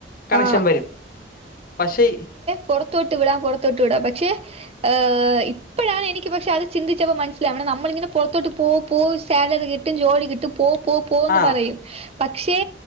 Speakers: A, on the left; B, on the right.
A: കണക്ഷൻ
B: ആഹ്
A: വരും പക്ഷേ
B: പൊറ ത്തോട്ട് വിടാ പൊറത്തോട്ട് വിടാ പക്ഷെ ഏ ഇപ്പഴാണ് എനിക്ക് പക്ഷെ അത് ചിന്തിച്ചപ്പോ മനസ്സിലാവ്ണെ നമ്മളിങ്ങനെ പൊറത്തോട്ട് പോ പോയി സാലറി കി ട്ടും ജോലി കിട്ടും പോ പോ പോന്ന്
A: ആ
B: പറയും പക്ഷേ